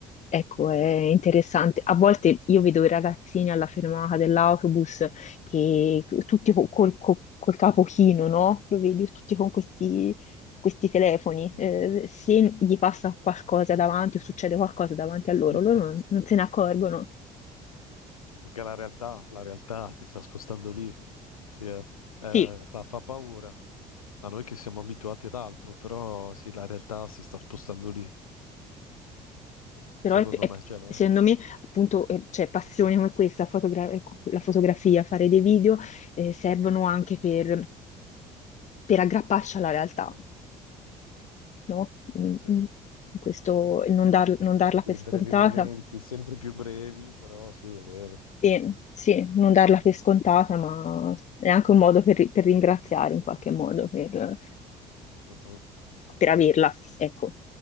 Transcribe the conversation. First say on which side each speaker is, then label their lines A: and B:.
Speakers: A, on the left (about 40°); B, on the left (about 80°).
A: Ecco, è interessante. A volte io vedo i ragazzini alla fermata dell'autobus che tutti co- col, co- col capo chino, no? Lo vedi tutti con questi, con questi telefoni.
B: Mm.
A: Eh, se gli passa qualcosa davanti o succede qualcosa davanti a loro,
B: <laughs>
A: loro non, non se ne accorgono.
B: Perché la realtà, la realtà si sta spostando lì, Sì, eh. Eh,
A: Sì,
B: fa, fa paura a noi che siamo abituati ad altro, però sì, la realtà si sta spostando lì,
A: però
B: secondo
A: è- è-
B: me, cioè no?
A: secondo me, appunto, eh, cioè, passioni come questa, fotogra- ecco, la fotografia, fare dei video, eh, servono anche per per aggrapparci alla realtà. no? In,
B: Sì, sì.
A: in- in questo, non, dar- non darla
B: In quei
A: per scontata.
B: brevi momenti, sempre più brevi, però sì, è vero.
A: E sì, non darla per scontata, ma è anche un modo per, ri- per ringraziare in qualche modo per,
B: Uh-huh.
A: per averla. Ecco.